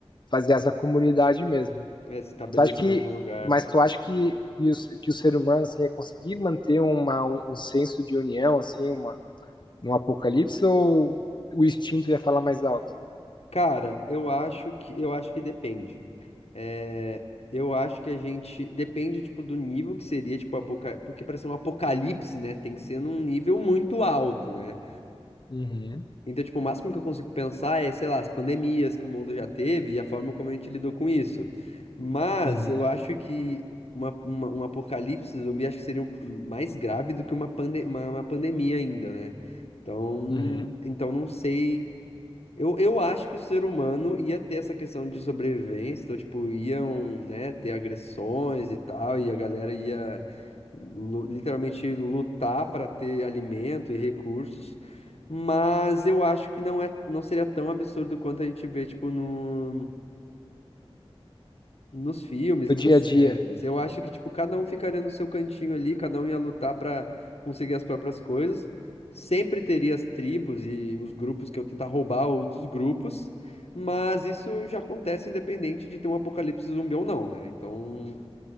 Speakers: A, on the left (about 50°); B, on the left (about 80°).
A: fazer essa comunidade mesmo.
B: é se estabelecer
A: Tu acha que,
B: em algum lugar.
A: mas tu acha que, que, o, que o ser humano, assim, é conseguir manter uma, um senso de união, assim, uma, no Apocalipse ou o instinto ia falar mais alto?
B: Cara, eu acho que eu acho que depende. É, eu acho que a gente depende tipo do nível que seria, tipo apoca... porque para ser um apocalipse, né, tem que ser num nível muito alto, né?
A: Uhum,
B: Então, tipo, o máximo que eu consigo pensar é, sei lá, as pandemias que o mundo já teve e a forma como a gente lidou com isso. Mas
A: uhum,
B: eu acho que uma, uma- um apocalipse zumbi acho que seria um- um, mais grave do que uma, pande uma, uma pandemia ainda, né? Então,
A: uhum.
B: então não sei. Eu, eu acho que o ser humano ia ter essa questão de sobrevivência, então, tipo, iam, né, ter agressões e tal, e a galera ia lu- literalmente lutar para ter alimento e recursos, mas eu acho que não é, não seria tão absurdo quanto a gente vê, tipo, no, nos filmes e
A: No
B: nas
A: dia
B: séries.
A: a dia.
B: Eu acho que, tipo, cada um ficaria no seu cantinho ali, cada um ia lutar pra conseguir as próprias coisas. Sempre teria as tribos e os grupos que iam tentar roubar outros grupos, mas isso já acontece independente de ter um apocalipse zumbi ou não, né? Então,